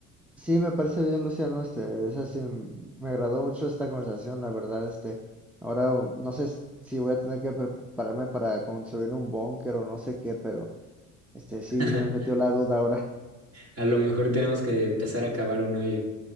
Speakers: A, in the centre; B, on the right.
A: Sí, me parece bien, Luciano, este, es así, me agradó mucho esta conversación, la verdad, este, ahora no sé si voy a tener que prepararme para construir un búnker o no sé qué, pero este sí
B: <laughs>
A: me metió la duda ahora.
B: A lo mejor tenemos que empezar a cavar un hoyo.